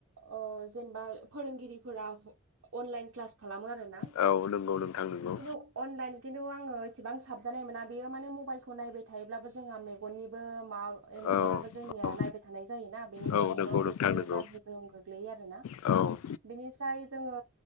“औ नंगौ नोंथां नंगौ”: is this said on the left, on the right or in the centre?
Left